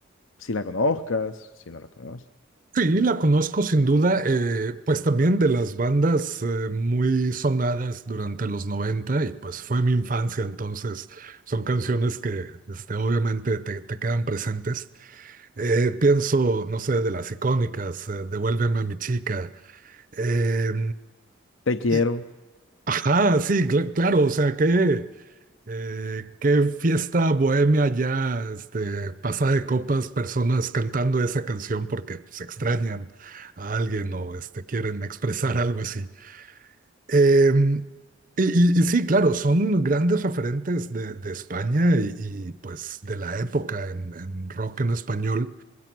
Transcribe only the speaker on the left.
si la conozcas, si no la conoces.
Te quiero.